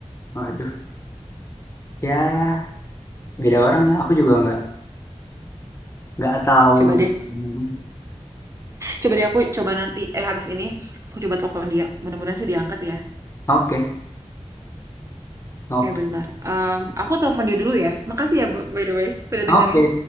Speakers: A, on the left (about 25°); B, on the right (about 25°).
A: waduh. Ya, beda orang ya. Aku juga nggak nggak tahu.
B: coba deh
A: Hmm,
B: coba deh aku coba nanti eh habis ini aku coba telepon dia mudah-mudahan sih diangkat ya
A: Oke. Oke,
B: Eh bentar. Em, aku telepon dia dulu ya. Makasih ya b- by the way, udah dengerin.
A: oke,